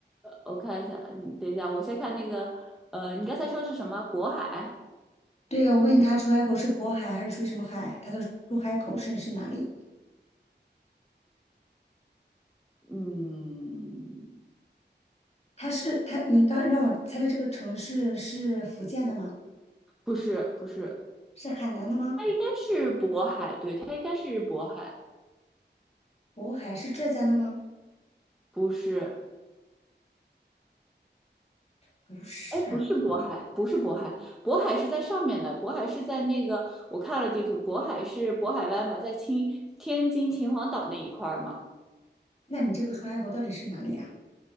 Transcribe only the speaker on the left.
对，我问他出海口是渤海还是属于什么海，他的出海口是是哪里？
它是它，你刚让我猜的这个城市是福建的吗？
是海南的吗？
渤海是浙江的吗？
不是，
那你这个出海口到底是哪里呀？